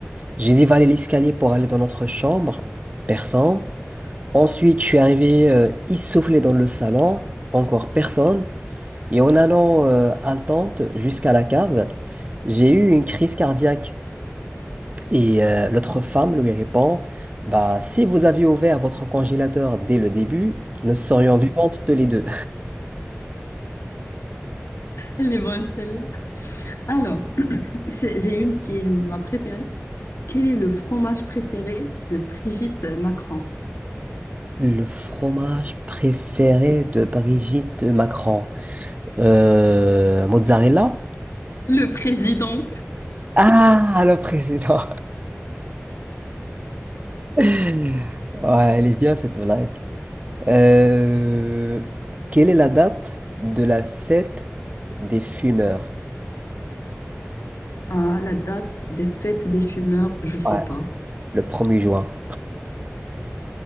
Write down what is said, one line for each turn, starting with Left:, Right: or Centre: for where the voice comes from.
Right: J'ai dévalé l'escalier pour aller dans notre chambre. Personne. Ensuite, je suis arrivé euh, essoufflé dans le salon, encore personne. Et en allant euh, haletante jusqu'à la cave, j'ai eu une crise cardiaque. Et euh, l'autre femme lui répond, bah, si vous aviez ouvert votre congélateur dès le début, nous serions vivantes tous les deux.
Left: Elle est bonne, celle-là. Alors, <clears throat> c'est- j'ai une qui est ma préférée. Quel est le fromage préféré de Brigitte Macron?
Right: Le fromage préféré de Brigitte Macron. Euh, mozzarella?
Left: Le président.
Right: Ah, le président. <laughs> Ouais, elle est bien cette blague. Euh, quelle est la date de la fête des fumeurs?
Left: Ah, la date des fêtes des fumeurs, je sais
Right: Ouais.
Left: pas.
Right: Le premier juin.